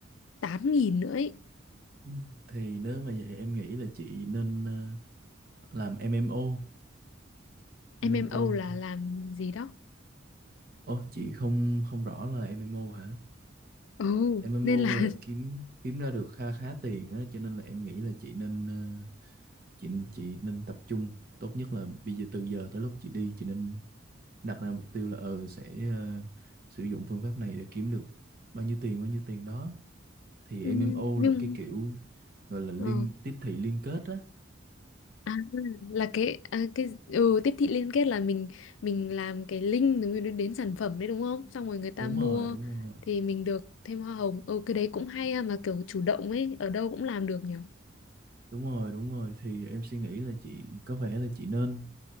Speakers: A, on the left (about 75°); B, on the right (about 50°).
A: 8.000 nữa ấy.
B: Ừ. thì nếu mà vậy em nghĩ là chị nên ờ, làm MMO MMO
A: em em MMO là làm gì đó
B: Ồ chị không không rõ là MMO hả
A: ồ
B: MMO
A: nên là
B: là kiếm kiếm ra được kha khá tiền á cho nên là em nghĩ là chị nên ờ, chị chị nên tập trung tốt nhất là bây giờ từ giờ tới lúc chị đi chị nên đặt ra mục tiêu là ừ sẽ ờ, sử dụng phương pháp này để kiếm được bao nhiêu tiền bao nhiêu tiền đó thì
A: <laughs>
B: MMO
A: nhưng
B: là cái kiểu gọi là liên
A: ờ
B: tiếp thị liên kết á
A: à, là cái à, cái ừ, tiếp thị liên kết là mình mình làm cái link đúng đến, đến sản phẩm đấy đúng không xong rồi người ta
B: đúng
A: mua
B: rồi đúng rồi
A: thì mình được thêm hoa hồng ừ cái đấy cũng hay ha, mà kiểu chủ động ấy ở đâu cũng làm được nhỉ
B: đúng rồi đúng rồi thì em suy nghĩ là chị có vẻ là chị nên